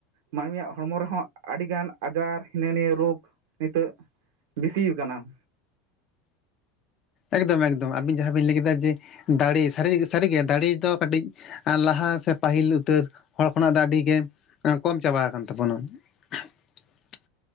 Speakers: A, on the right (about 75°); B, on the left (about 35°).
A: ᱢᱟᱱᱢᱤᱭᱟᱜ ᱦᱚᱲᱢᱚ ᱨᱮᱦᱚᱸ ᱟᱹᱰᱤᱜᱟᱱ ᱟᱡᱟᱨ ᱦᱤᱱᱟᱹ ᱱᱤᱭᱟᱹ ᱨᱳᱜᱽ ᱱᱤᱛᱚᱜ ᱵᱤᱥᱤᱣ ᱠᱟᱱᱟ᱾
B: ᱮᱠᱫᱚᱢ ᱮᱠᱫᱚᱢ ᱟᱵᱤᱱ ᱡᱟᱦᱟᱸ ᱵᱤᱱ ᱞᱟᱹᱭ ᱠᱮᱫᱟ ᱡᱮ ᱫᱟᱲᱮ ᱥᱟᱨᱤ ᱥᱟᱨᱤᱜᱮ ᱫᱟᱲᱮ ᱫᱚ ᱠᱟᱹᱴᱤᱡ ᱞᱟᱦᱟ ᱥᱮ ᱯᱟᱦᱤᱞ ᱩᱛᱟᱹᱨ, ᱦᱚᱲ ᱠᱷᱚᱱᱟᱜ ᱫᱚ ᱟᱹᱰᱤᱜᱮ, ᱠᱚᱢ ᱪᱟᱵᱟ ᱠᱟᱱ ᱛᱟᱵᱚᱱᱟ᱾ <unintelligible>